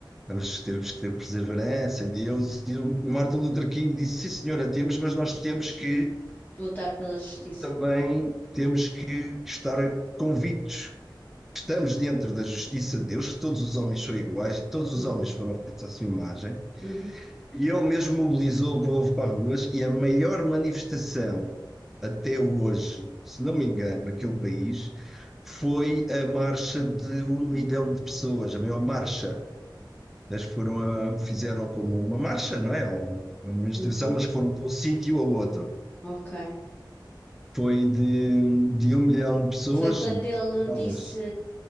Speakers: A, in the centre; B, on the left.
A: temos, temos que ter perseverança em Deus. E o Martin Luther King disse, sim senhora, temos, mas nós temos que,
B: Lutar pela justiça.
A: também, temos que estar convictos que estamos dentro da justiça de Deus, que todos os homens são iguais, e todos
B: Uhum,
A: os homens foram feitos à sua imagem,
B: uhum,
A: e ele mesmo mobilizou o povo para ruas e a maior manifestação até hoje, se não me engano, naquele país, foi a marcha de um milhão de pessoas, a maior marcha. Eles foram a- fizeram como uma marcha, não é? Um, Uma manifestação,
B: uhum.
A: mas que foram de um sítio a outro.
B: Ok.
A: Foi de, de um milhão de pessoas,
B: Foi quando ele
A: elas,
B: disse